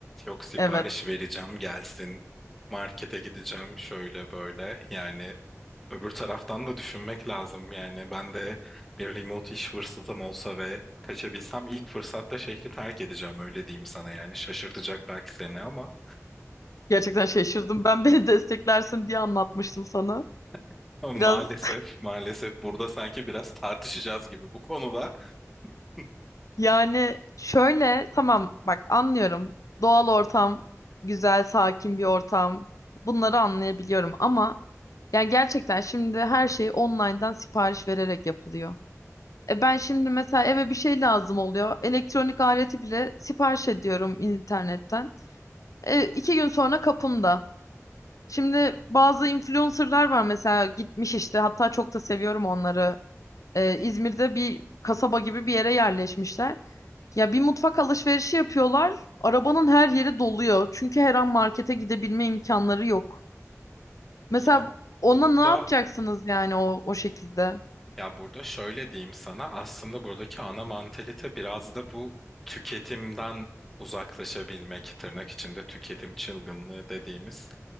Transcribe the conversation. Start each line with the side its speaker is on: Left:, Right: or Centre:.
Centre: Yok sipariş
Left: Evet.
Centre: vereceğim gelsin. Markete gideceğim şöyle böyle. Yani öbür taraftan da düşünmek lazım. Yani ben de bir remote iş fırsatım olsa ve kaçabilsem ilk fırsatta şehri terk edeceğim öyle diyeyim sana yani. Şaşırtacak belki seni ama
Left: Gerçekten şaşırdım. Ben beni desteklersin diye anlatmıştım sana.
Centre: <laughs> maalesef
Left: Biraz
Centre: maalesef burada sanki biraz tartışacağız gibi bu konuda. <laughs>
Left: <laughs> yani şöyle tamam bak anlıyorum. Doğal ortam, güzel, sakin bir ortam. Bunları anlayabiliyorum ama Yani gerçekten şimdi her şey online'dan sipariş vererek yapılıyor. E ben şimdi mesela eve bir şey lazım oluyor. Elektronik aleti bile sipariş ediyorum internetten. E, iki gün sonra kapımda. Şimdi bazı influencerlar var mesela gitmiş işte hatta çok da seviyorum onları. E, İzmir'de bir kasaba gibi bir yere yerleşmişler. Ya bir mutfak alışverişi yapıyorlar. Arabanın her yeri doluyor. Çünkü her an markete gidebilme imkanları yok. Mesela
Centre: Ya
Left: ona
Centre: burada
Left: ne yapacaksınız yani o, o şekilde?
Centre: ya burada şöyle diyeyim sana aslında buradaki ana mantalite biraz da bu tüketimden uzaklaşabilmek tırnak içinde tüketim çılgınlığı dediğimiz